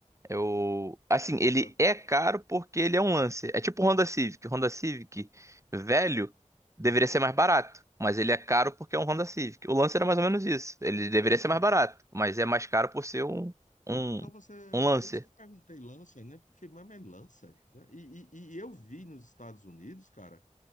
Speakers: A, on the right; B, on the left.
A: Eu, assim, ele
B: É tanto,
A: é caro porque ele é um Lancer. É tipo o Honda Civic. O Honda Civic velho deveria
B: é.
A: ser mais barato, mas ele é caro porque é um Honda Civic. O Lancer era mais ou menos isso. Ele deveria ser mais barato, mas é mais caro por ser um, um,
B: Então você.
A: um Lancer.
B: Por isso que eu perguntei Lancer, né? Porque eu falei, mas mas é Lancer, né? E, e, e eu vi nos Estados Unidos, cara,